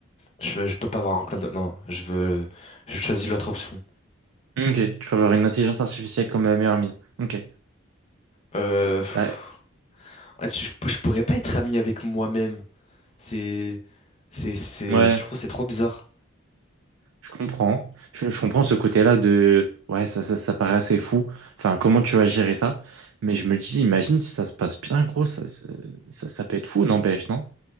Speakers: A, on the left; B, on the right.
A: Je, je peux pas avoir un clan de... Non, je veux... Je choisis l'autre option.
B: Ok, tu peux avoir une intelligence artificielle comme ma meilleure amie. Ok,
A: Euh... pff,
B: bah
A: ah, tu- Je, je pourrais pas être ami avec moi-même. C'est... C'est... c'est-
B: ouais,
A: Je trouve que c'est trop bizarre.
B: je comprends. Je, je comprends ce côté-là de ouais, ça, ça, ça paraît assez fou. Enfin, comment tu vas gérer ça? Mais je me dis, imagine si ça se passe bien, gros, ça, ça, ça, ça peut être fou, n'empêche, non?